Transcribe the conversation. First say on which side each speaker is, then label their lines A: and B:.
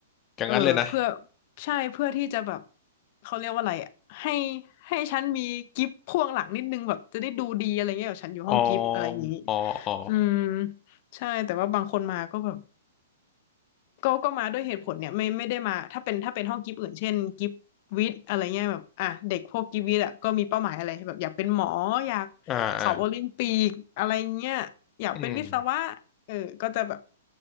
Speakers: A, on the left; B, on the left.
A: อย่างนั้นเลยนะ
B: เออเพื่อใช่เพื่อที่จะแบบเขาเรียกว่าอะไรอ่ะให้ให้ฉันมีกิฟต์พ่วงหลังนิดนึงแบบจะได้ดูดีอะไรเงี้ยแบบฉันอยู่ห้องกิฟต์อะไรอย่างนี้
A: อ๋ออ๋ออ๋อ
B: อืมใช่แต่ว่าบางคนมาก็แบบก็ก็มาด้วยเหตุผลเนี่ยไม่ไม่ได้มาถ้าเป็นถ้าเป็นห้องกิฟต์อื่นเช่นกิฟต์วิทย์อะไรเงี้ยแบบอ่ะเด็กพวกกิฟต์วิทย์อ่ะก็มีเป้าหมายอะไรแบบอยากเป็นหมออยาก
A: อ่าอ่า
B: สอบโอลิมปิกอะไรเงี้ยอยากเป็นวิศวะเออก็จะแบบ
A: อืม